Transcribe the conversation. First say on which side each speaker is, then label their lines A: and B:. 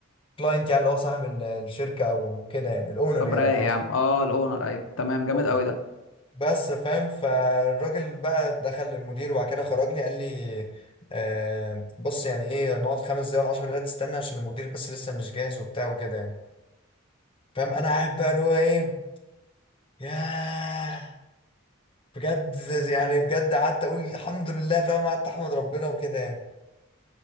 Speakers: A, on the left; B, on the left.
A: يعني اللي هو صاحب ال- الشركه او كده يعني الاونر
B: طب
A: يعني
B: رايق
A: بمعنى
B: يا عم
A: صح
B: اه الاونر ايوه تمام جامد
A: الاونر
B: قوي ده
A: بس فاهم فالراجل بقى دخل للمدير وبعد كده خرج لي قال لي آه بص يعني ايه نقعد خمس دقايق ولا 10 دقايق تستنى عشان المدير بس لسه مش جاهز وبتاع وكده يعني فاهم انا قاعد بقى اللي هو ايه ياه بجد يعني بجد قعدت اقول الحمد لله فاهم قعدت احمد ربنا وكده يعني